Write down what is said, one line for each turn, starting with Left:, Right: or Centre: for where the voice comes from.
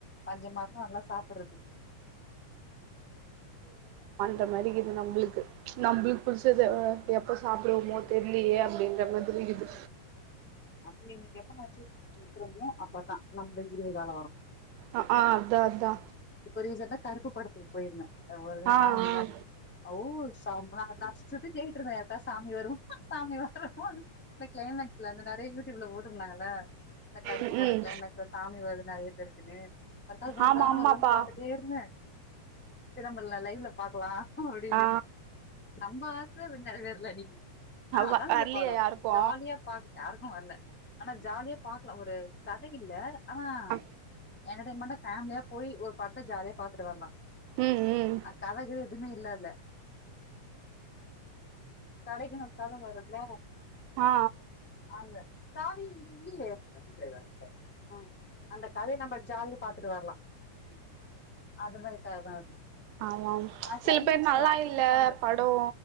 Centre: பஞ்சம் மாசொ நல்லா சாப்பர்றது
Right: த மாரி இது நம்முளுக்கு நம்பளுக் புடுச்சது எப்பஸ் சாப்டுவொமோ தெர்ல்லியே அப்டின்ற மாதிரி இகுது
Centre: அங்க இவனுக் <unintelligible> அப்பதா நம்பல்க் விடிவுகாலோ வரு
Right: அ ஆ அதா அதா
Centre: இப்ப ரீசன்டா கருப்பு படத்து போயிருந்தே ஒ ரெண்
Right: ஆ
Centre: நாள்
Right: ஆ
Centre: முன்னாடி அவ் செம்ம காட்ச் சுத்தி தேடிட்ருந்தே யாருக்காது சாமி வரு சாமி வருன் இந்த க்ளைமக்ஸ்ல இந்த நேர் த யூடுபுல போட்டுர்தாங்கள்ள த கருப்பு
Right: ம்
Centre: பட
Right: ம்
Centre: க்ளைமாக்ஸு சாமி வரு நெறைய பெருக்குனு யருக்காது வருதா
Right: ஆமா ஆமாப்பா
Centre: வருதான் பாத்துட்டேருந்தே திரம்பல்ல லைவ்ல பாக்கலா அப்டினு
Right: ஆ
Centre: நம்ம து நறய பேருல்ல இன்னக்கி ஆ நல்லாருந்தது
Right: வ வர்லியா
Centre: படொ
Right: யாருக்கு
Centre: ஜாலியா பாக் ருக்கு வர்ல ஆனா ஜாலியா பாக்லாம் ஒரு கதை இல்ல ஆமா
Right: அ
Centre: என்டடைன்மெண்டா ஃபேமிலியா போய் ஒரு படத்த ஜாலியா பாத்துட்டு வர்லா
Right: ம் ம்
Centre: அக்காவது துமே இல்லல்ல கடைக்குனு <unintelligible> வருல்ல
Right: ஆ
Centre: அந்த சாவி இங்கெ இல்லியே வண்டி சாவி <unintelligible> அ அந்த கதைய நம்ப ஜாலியா பாத்துட்டு வர்லா அது மாரி <unintelligible> அது
Right: ஆ ஆமாம்
Centre: ஆ
Right: சில
Centre: க்ளைமாக்ஸு
Right: பேர் நல்லா
Centre: அசத்திட்டாங்க
Right: இல்ல படோ